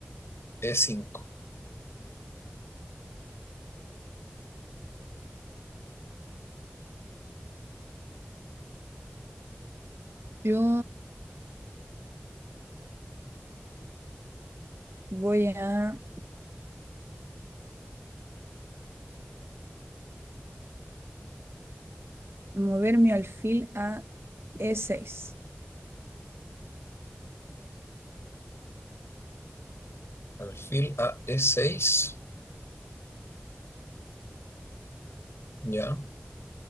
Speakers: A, on the left; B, on the right.
A: E5.
B: Yo voy a Mover mi alfil a e seis
A: Alfil a E6. Ya.